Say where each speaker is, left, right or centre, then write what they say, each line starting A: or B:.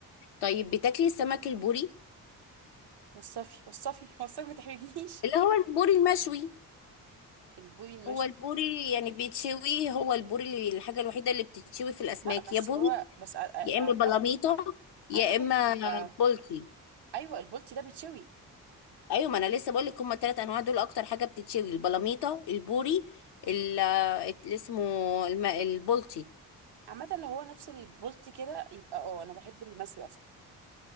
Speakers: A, on the left; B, on the right.
A: طيب بتاكلي السمك البوري
B: وصفي وصفي <laughs> وصفي ما تحرجنيش
A: اللي هو البوري المشوي
B: البوري المشوي
A: هو البوري يعني بيتشوي هو البوري اللي الحاجة الوحيدة اللي بتتشوي في الأسماك
B: لا بس
A: يا بوري
B: هو بس أ- أ-
A: يا إما
B: اعتقد
A: بلاميطة يا
B: اعتقد
A: إما
B: ال-
A: بولتي
B: ايوه البولتي ده بيتشوي
A: أيوة ما أنا لسه بقول لك هما التلات أنواع دول أكتر حاجة بتتشوي البلاميطة البوري ال- اللي اسمه الم- البولتي
B: عامه لو هو نفس البولتي كده يبقى اه انا بحب المشوي اصلا